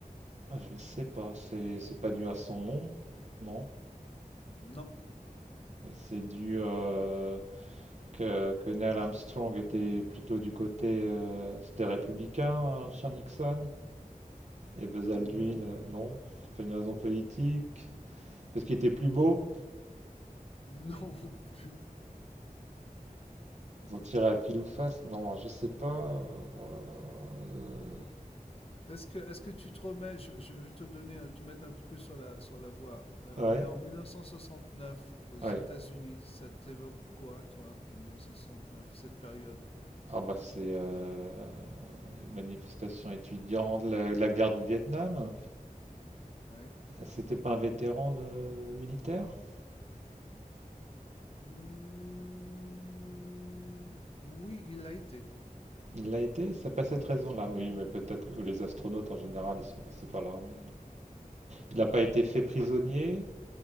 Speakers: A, on the right; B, on the left.
A: je sais pas. C'est c'est pas dû à son nom, non.
B: Non,
A: C'est dû euh, que que Neil Armstrong était plutôt du côté euh, c'était républicain, hein, Sean Nixon. Et Buzz Aldrin,
B: non
A: euh,
B: plus.
A: non. C'est pas une raison politique. Parce qu'il était plus beau.
B: Non <laughs> plus.
A: Ils ont tiré à pile ou face. Non, je sais pas. euh, Oh là là. euh,
B: Est-ce que, est-ce que tu te remets, je, je vais te donner, te mettre un petit peu sur la, sur la voie. Euh,
A: Ouais.
B: on est en 1969 aux
A: Ouais.
B: États-Unis. Ça t'évoque quoi, toi, en 1969, cette période
A: Ah bah c'est euh, une manifestation étudiante, la, la guerre du Vietnam.
B: Ouais.
A: C'était pas un vétéran de- militaire?
B: Hmm, oui, il l'a été.
A: Il l'a été, c'est pas cette raison-là. Oui, mais peut-être que les astronautes en général, ils sont passés par l'armée. Il n'a pas été fait prisonnier?